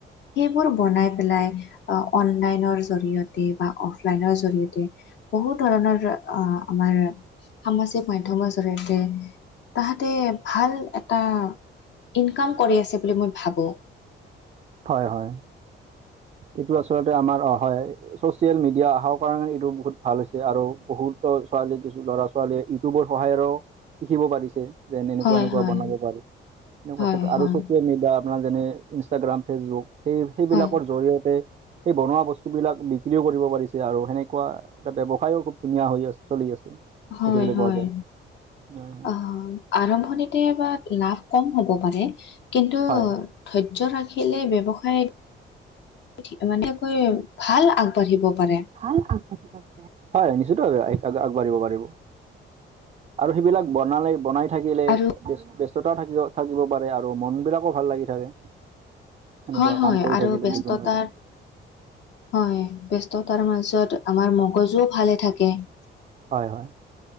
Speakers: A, on the left; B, on the right.
A: সেইবোৰ বনাই পেলাই অ অনলাইনৰ জৰিয়তে বা অফলাইনৰ জৰিয়তে বহু ধৰণৰ আহ আমাৰ সামাজিক মাধ্যমৰ জৰিয়তে তাহাঁতে ভাল এটা ইনকাম কৰি আছে বুলি মই ভাবোঁ।
B: হয় হয় এইটো আচলতে আমাৰ অ হয়। চচিয়েল মিডিয়া অহাৰ কাৰণে এইটো বহুত ভাল হৈছে আৰু বহুতো ছোৱালী কিছু ল'ৰা ছোৱালীয়ে ইউটিউবৰ সহায়েও শিকিব পাৰিছে। যেনে এনেকুৱা
A: হয়
B: এনেকুৱা
A: হয়
B: বনাব পাৰি এনেকুৱা
A: হয়
B: ক্ষেত্ৰত আৰু
A: হয়
B: চচিয়েল মিডিয়া আপোনাৰ যেনে ইনষ্টাগ্ৰাম ফেচবুক সেই সেইবিলাকৰ
A: হয়
B: জৰিয়তে সেই বনোৱা বস্তু বিলাক বিক্ৰীও কৰিব পাৰি। <unintelligible> আৰু সেনেকুৱা এটা ব্যৱসায়ো খুব ধুনীয়া হৈ আছে চলি আছে। <inaudible>
A: হয়-হয়।
B: দেখিবলৈ পোৱা যায় হয়
A: অঁ! <unintelligible> আৰম্ভণিতে বা লাভ কম হ'ব পাৰে কিন্তু <inaudible>
B: হয়। <unintelligible>
A: ধৈৰ্য ৰাখিলে ব্যৱসায় মানে <unintelligible> <unintelligible> ভাল আগবাঢ়িব পাৰে।
B: ভাল আগবাঢ়িব <unintelligible> নিশ্চয়কৈ আগবাঢ়িব পাৰিব। <inaudible> আৰু সেইবিলাক বনালে বনাই <unintelligible> থাকিলে
A: আৰু
B: ব্যস্ততাও থাকিব-থাকিব পাৰে আৰু মন বিলাকো ভাল লাগি থাকে। <inaudible>
A: হয়-হয়
B: কাম কৰি
A: আৰু
B: থাকিলে
A: ব্যস্ততাৰ
B: যিকোনো এটা
A: <inaudible> হয়। ব্যস্ততাৰ মাজত আমাৰ মগজুও ভালে থাকে। <unintelligible>
B: হয়-হয়। <inaudible>